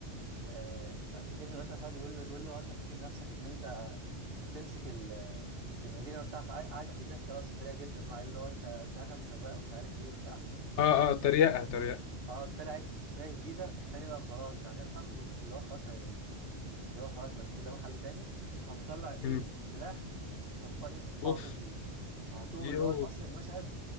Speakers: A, on the right; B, on the left.
A: آه ابن رئيس الوزراء بيقول له بيقول له هو انت فاكر نفسك ان انت هتمسك ال- المدينه بتاعك قاعد ضحك ضحكه بقى سخريه جدا مع اللي هو انت انت اخرك سواق ومش عارف ايه وبتاع
B: اه اه تريقه تريقه
A: اه طلعت بسخريه شديده فالتاني بقى خلاص بقى جاب اخره اللي هو خلاص يعني كان اللي هو خلاص ما فيش قدامه حل تاني فمطلع ايه
B: امم
A: السلاح وصفاه ايه صفاه
B: اوف
A: على طول فيه على طول
B: يو
A: اللي هو اصلا المشهد